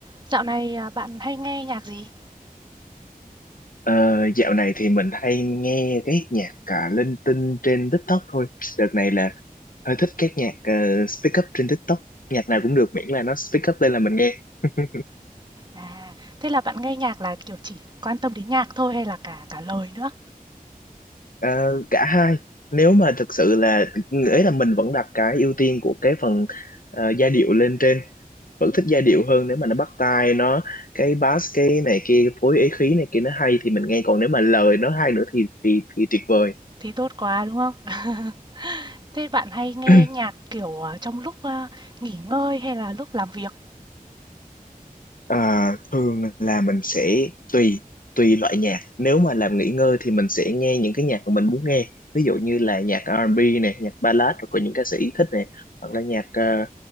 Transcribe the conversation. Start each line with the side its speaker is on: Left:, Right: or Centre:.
Right: Dạo này, à, bạn hay nghe nhạc gì?
Left: Ờ, dạo này thì mình hay nghe cái nhạc cả linh tinh trên TikTok thôi. Đợt này là hơi thích các nhạc ờ, speak up trên TikTok. Nhạc nào cũng được miễn là nó speak up lên là mình nghe. <laughs>
Right: À, thế là bạn nghe nhạc là, kiểu, chỉ quan tâm đến nhạc thôi hay là cả cả lời nữa?
Left: Ờ, cả hai. Nếu mà thực sự là nghĩa là mình vẫn đặt cái ưu tiên của cái phần ờ, giai điệu lên trên. Vẫn thích giai điệu hơn nếu mà nó bắt tai nó cái bass cái này kia phối ý khí này kia nó hay thì mình nghe còn nếu mà lời nó hay nữa thì thì thì tuyệt vời.
Right: thì tốt quá, đúng không? <laughs> Thế bạn hay nghe
Left: Ừ.
Right: nhạc, kiểu, ờ, trong lúc, a, nghỉ ngơi hay là lúc làm việc?
Left: Ờ, thường là mình sẽ tùy tùy loại nhạc nếu mà làm nghỉ ngơi thì mình sẽ nghe những cái nhạc mà mình muốn nghe ví dụ như là nhạc R&B này nhạc ballad rồi có những ca sĩ thích này hoặc là nhạc ờ,